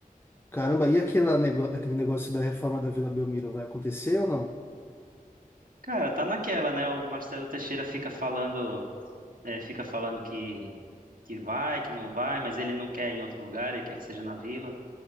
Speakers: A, on the left (about 15°); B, on the right (about 70°).
A: Caramba, e aquela nego- aquele negócio da reforma da Vila Belmiro vai acontecer ou não?
B: Cara, tá naquela, né? O Marcelo Teixeira fica falando, é, fica falando que, que vai, que não vai, mas ele não quer ir em outro lugar, ele quer que seja na Vila.